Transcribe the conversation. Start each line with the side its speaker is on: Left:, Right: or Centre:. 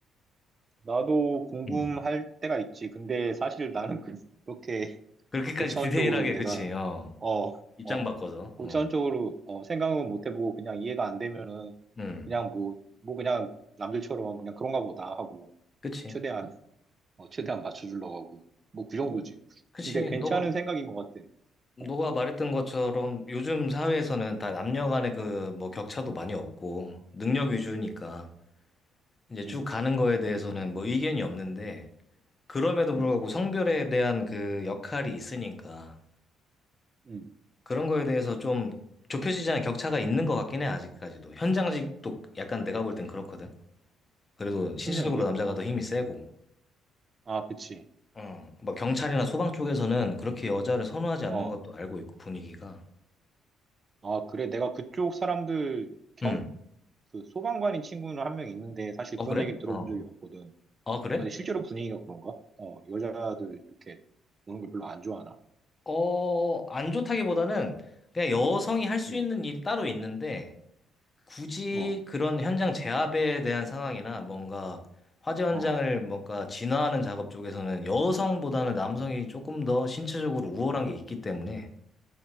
Right: 나도 궁금할
Left: 음.
Right: 때가 있지. 근데 사실 나는 그- 그렇게
Left: 그렇게까지
Right: 고차원
Left: 디테일하게,
Right: 쪽으로 내가,
Left: 그치, 어.
Right: 어,
Left: 입장
Right: 어,
Left: 바꿔서,
Right: 고차원
Left: 어.
Right: 쪽으로, 어, 생각은 못 해보고 그냥 이해가 안 되면은
Left: 음,
Right: 그냥 뭐, 뭐 그냥 남들처럼 그냥 그런가 보다 하고
Left: 그치.
Right: 최대한 어, 최대한 맞춰주려고 하고. 뭐, 그
Left: 너,
Right: 정도지.
Left: 그치,
Right: 근데 괜찮은
Left: 너가,
Right: 생각인 것 같아.
Left: 너가
Right: 어,
Left: 말했던 것처럼 요즘 사회에서는 다 남녀 간의 그 뭐 격차도 많이 없고, 능력 위주니까 이제 쭉
Right: 음,
Left: 가는 거에 대해서는 뭐 의견이 없는데, 그럼에도
Right: 음,
Left: 불구하고 성별에 대한 그 역할이 있으니까,
Right: 음.
Left: 그런 거에 대해서 좀 좁혀지지 않은 격차가 있는 것 같긴 해, 아직까지도. 현장직도 약간 내가 볼 땐 그렇거든. 그래도 신체적으로
Right: 1년 뒤?
Left: 남자가 더 힘이 세고.
Right: 아, 그치.
Left: 어, 뭐 경찰이나 소방 쪽에서는 그렇게 여자를 선호하지
Right: 어,
Left: 않는 것도 알고 있고 분위기가.
Right: 아, 그래. 내가 그쪽 사람들 경,
Left: 음.
Right: 그 소방관인 친구는 한 명 있는데 사실
Left: 어
Right: 그런
Left: 그래?
Right: 얘기는 들어본
Left: 어.
Right: 적이 없거든.
Left: 아 그래?
Right: 아니, 실제로 분위기가 그런가? 어, 여자들 이렇게 오는 걸 별로 안 좋아하나?
Left: 어, 안 좋다기보다는 그냥 여성이 할 수
Right: 응,
Left: 있는 일이 따로 있는데 굳이
Right: 어,
Left: 그런 현장 제압에 대한 상황이나 뭔가 화재 현장을
Right: 어,
Left: 뭔가 진화하는 작업 쪽에서는 여성보다는 남성이 조금 더 신체적으로 우월한 게 있기 때문에